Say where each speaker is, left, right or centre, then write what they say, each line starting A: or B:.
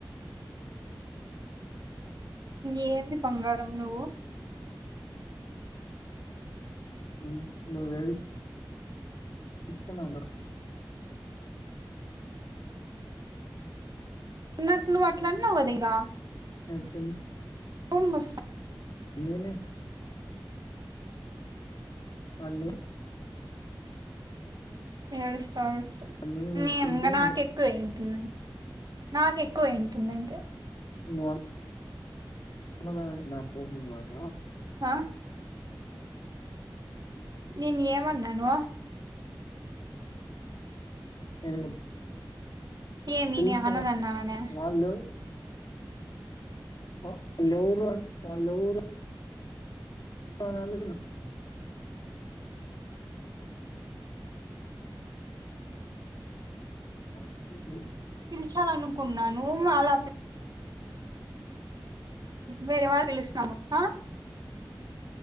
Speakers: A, on the right; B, on the left.
A: ఏంది బంగారం నువ్వు
B: మ్ నువ్వే ఇే అ
A: నాకు నువ్వు అట్లాన్నావు కద ఇగ
B: చెన్
A: ఓమ్బస్
B: నేనే అన్ని
A: ఏడుస్తవ్ ఏడుస్తవ్
B: నేను
A: నీఎంద
B: ఏడ్చింటే
A: నాకు
B: నువ్వు
A: ఎక్కువ ఏంటి నాకు ఎక్కువ ఏంటుదంటే
B: ఇవ్వన్ అన్నదా నా కోపం రాద
A: ఆ
B: అ
A: నిన్ను ఏమన్నాను
B: ఎళ్ళు
A: ఏమి
B: పిల్చిన
A: నే అనను అన్నానే
B: వాళ్ళు అ వీళ్ళేర్వన్ వాళ్ళు ఎవ్వరు మా నాన్న కింద వాడికియే
A: ఉంచాలనుకున్నాను అలా వేరే వాళ్ళు పిలుస్తాము అ